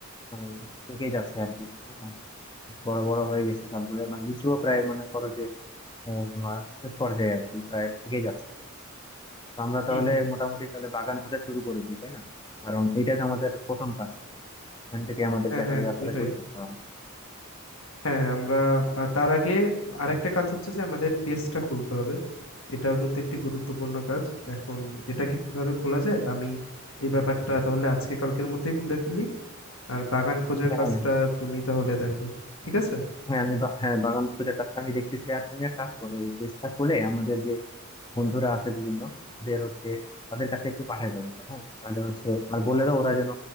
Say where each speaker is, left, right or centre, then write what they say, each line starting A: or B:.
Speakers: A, on the left; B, on the left.
A: মানে পেকেই যাচ্ছে আর কি তাই না? বড় বড় হয়ে গেছে সবগুলো মানে লিচুও প্রায় মনে করো যে আহ, তোমার শেষ পর্যায়ে আর কি প্রায় পেকে যাচ্ছে তো আমরা তাহলে
B: হুম হুম হুম।
A: মোটামুটি তাহলে বাগান খোঁজা শুরু করে দিই তাই না কারণ এটাই তো আমাদের প্রথম কাজ এখান থেকে আমাদেরকে
B: হ্যাঁ
A: আসলে
B: হ্যাঁ
A: ব্যবসাটা
B: ওইটাই
A: শুরু করতে হবে
B: হ্যাঁ হ্যাঁ আমরা আহ, তার আগে আরেকটা কাজ হচ্ছে যে আমাদের পেজটা খুলতে হবে এটাও কিন্তু একটি গুরুত্বপূর্ণ কাজ এখন এটা কিভাবে খোলা যায় আমি এই ব্যাপারটা তাহলে আজকে কালকের মধ্যেই খুলে ফেলি আর বাগান খোঁজার
A: হ্যাঁ
B: কাজটা
A: হ্যাঁ
B: তুমি তাহলে দেখো ঠিক আছে
A: হ্যাঁ, আমি বা- হ্যাঁ বাগান খোঁজার কাজটা আমি দেখতেছি আর তুমি এক কাজ করো এই পেজটা খুলে আমাদের যে বন্ধুরা আছে বিভিন্ন ওদের হচ্ছে তাদের কাছে একটু পাঠায় দাও এটা হ্যাঁ তাহলে হচ্ছে আর বলে দাও ওরা যেন